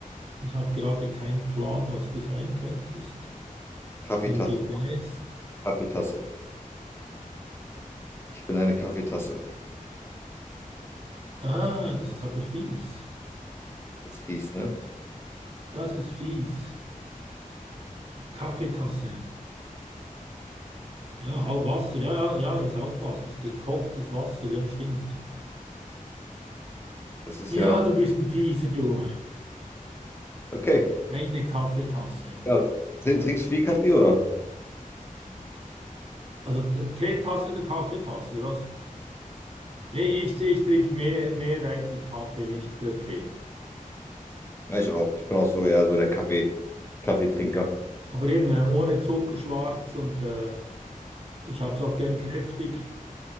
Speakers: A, on the right (about 45°); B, on the left (about 15°).
A: ich habe gerade keinen Plan, was du sein könntest.
B: Kaffeetasse.
A: Ein Gefäß.
B: Kaffeetasse. Ich bin eine Kaffeetasse.
A: Ah, das ist aber fies.
B: Das ist fies, ne?
A: Das ist fies. Kaffeetasse. Ja, auch Wasser, ja, ja, ja, ist auch Wasser. Ist gekochtes Wasser, ja, stimmt.
B: Das ist
A: Ja,
B: ja,
A: du bist ein Fieser, du.
B: okay.
A: Eine Kaffeetasse.
B: Ja, tr- trinkst du viel Kaffee, oder?
A: Also t- Teetasse oder Kaffeetasse, oder was? Nee, ich, ich trinke mehr, mehrheitlich Kaffee, nicht äh, Tee.
B: Ja, ich auch. Ich bin auch so eher so der Kaffee, Kaffeetrinker.
A: Aber eben äh, ohne Zucker schwarz und äh, ich habe es auch gern kräftig.